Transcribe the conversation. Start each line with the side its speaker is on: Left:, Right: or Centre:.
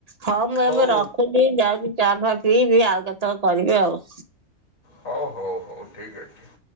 Right: ହଁ ମୁଁ
Left: ହଉ
Right: ଏବେ ରଖୁ ଦେଖୁଛି ଯାଉଛି ଚା ଫା ପିଇବି ଆଉ କେତେ କରିବି ଆଉ।
Left: ହଉ ହଉ ହଉ ଠିକ୍ ଅଛି।